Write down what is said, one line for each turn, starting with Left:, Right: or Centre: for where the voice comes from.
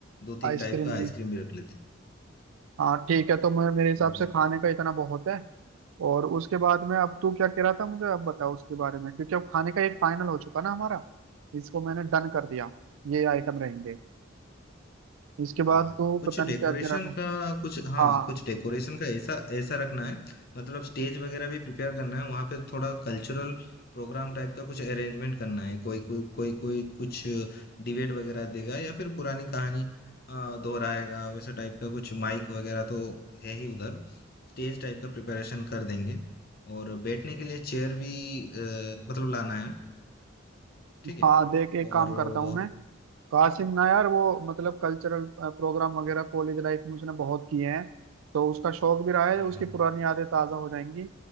Left: दो
Right: आइसक्रीम
Left: तीन टाइप का आइसक्रीम
Right: भी
Left: भी रख लेते हैं
Right: हाँ ठीक है तो मैं मेरे हिसाब
Left: हम्म
Right: से खाने का इतना बहुत है और उसके बाद में अब तू क्या कह रहा था मुझे अब बताओ उसके बारे में क्योंकि अब खाने का एक फाइनल हो चुका ना हमारा इसको मैंने डन कर दिया ये आइटम रहेंगे इसके बाद
Left: हाँ,
Right: तो
Left: कुछ
Right: पता नहीं
Left: डेकोरेशन
Right: क्या कह रहा था
Left: का कुछ हाँ,
Right: हाँ
Left: कुछ डेकोरेशन का ऐसा ऐसा रखना है मतलब स्टेज वगैरह भी प्रिपेयर करना है वहाँ पे थोड़ा कल्चरल प्रोग्राम टाइप का कुछ अरेंजमेंट करना है कोई कोई कोई कोई कुछ डिबेट वगैरह देगा या फिर पुरानी कहानी अ, दोहराएगा वैसे टाइप का कुछ माइक वगैरह तो है ही उधर स्टेज टाइप का प्रिपरेशन कर देंगे और बैठने के लिए चेयर भी अ, मतलब लाना है ठीक है
Right: हाँ देख एक काम
Left: और
Right: करता
Left: अ,
Right: हूँ मैं कासिम ना यार वो मतलब कल्चरल प्रोग्राम वगैरह कॉलेज लाइफ में उसने बहुत किए हैं तो उसका शौक भी रहा है
Left: हाँ
Right: उसकी
Left: हाँ
Right: पुरानी यादें ताज़ा हो जाएंगी